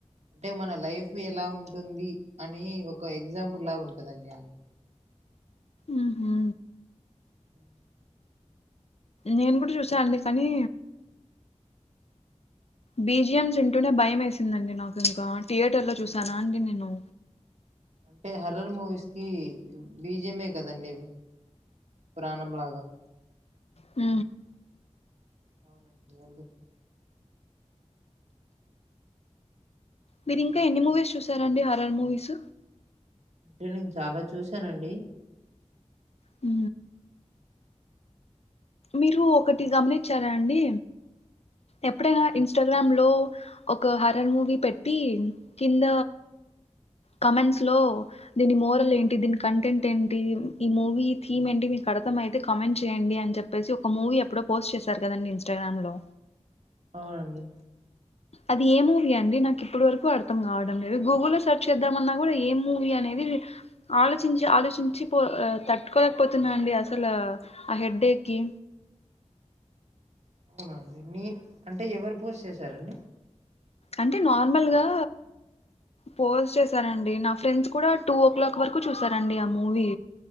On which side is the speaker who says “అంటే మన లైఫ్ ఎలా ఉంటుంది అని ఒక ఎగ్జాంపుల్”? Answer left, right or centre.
Right